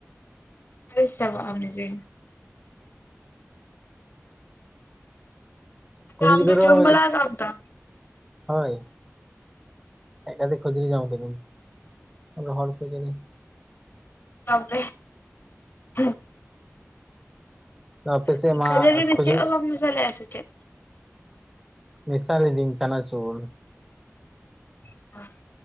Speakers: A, on the left (about 45°); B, in the centre.
A: ᱟᱨᱤᱥ ᱪᱟᱵᱟᱜ ᱟᱢ ᱱᱤᱡᱮ᱾
B: ᱠᱩᱲᱤ
A: ᱟᱫᱚ ᱟᱢ
B: ᱜᱤᱫᱽᱨᱟᱹ
A: ᱫᱚ ᱡᱚᱢ
B: ᱦᱚᱭ
A: ᱵᱟᱲᱟ ᱠᱟᱜ-ᱟᱢ ᱛᱚ?
B: ᱦᱚᱭ ᱦᱮᱜ ᱠᱟᱛᱮ ᱠᱷᱟᱹᱡᱟᱹᱨᱤ ᱡᱚᱢ ᱠᱤᱫᱟᱹᱧ ᱨᱚᱦᱚᱲ ᱠᱟᱡᱟᱹᱲᱤ
A: <unintelligible>
B: ᱟᱯᱮ ᱥᱮᱫ
A: ᱪᱮᱜ
B: ᱢᱟ
A: ᱠᱷᱟᱹᱡᱟᱹᱨᱤ ᱨᱮ
B: ᱠᱷᱟᱹᱡᱟᱹᱲᱤ
A: ᱪᱮᱜ ᱦᱚᱸ ᱵᱟᱢ ᱢᱮᱥᱟ ᱞᱮᱜᱼᱟ ᱥᱮ ᱪᱮᱜ?
B: ᱢᱮᱥᱟ ᱞᱤᱫᱤᱧ ᱪᱟᱱᱟᱪᱩᱲ᱾
A: ᱪᱷᱟ